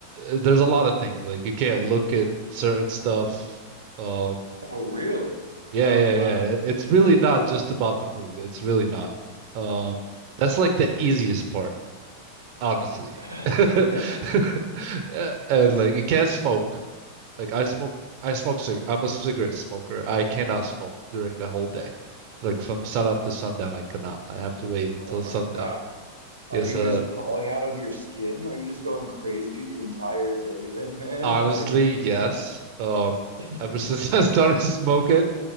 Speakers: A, on the right (about 45°); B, on the right (about 80°).
A: uh, there's a lot of things like you can't look at certain stuff. Um,
B: Oh, really?
A: yeah,
B: Oh,
A: yeah,
B: wow.
A: yeah. It's
B: I
A: really
B: didn't
A: not
B: know that.
A: just about the food. It's really not. Um, that's like the easiest part honestly.
B: <laughs>
A: <laughs>
B: Yeah,
A: Uh, And
B: that's
A: like you can't
B: crazy.
A: smoke. Like I smoke I smoke cig I'm a cigarette smoker. I cannot smoke during the whole day. Like from sun up to sundown, I cannot. I have to wait until
B: Oh my
A: sundown.
B: God. Are
A: Yes,
B: you
A: uh
B: just crawling out of your skin? Are you just going crazy the entire day then, man?
A: honestly,
B: Like,
A: yes. Um
B: <laughs>
A: ever since <laughs> I started smoking,